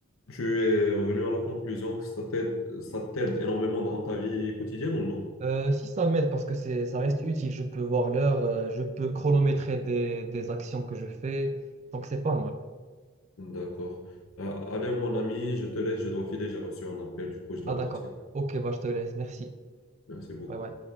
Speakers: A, on the left; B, on the right.
A: tu es revenu à la conclusion que ça t'aide, ça t'aide énormément dans ta vie quotidienne ou non?
B: Euh, si ça m'aide parce que c'est, ça reste utile, je peux voir l'heure, euh, je peux chronométrer des, des actions que je fais, donc c'est pas mal.
A: D'accord. Euh, allez, mon ami, je te laisse, je dois filer, j'ai reçu un appel, du coup, je dois
B: Ah d'accord.
A: partir.
B: Ok, bah je te laisse, merci.
A: Merci beaucoup.
B: Ouais, ouais.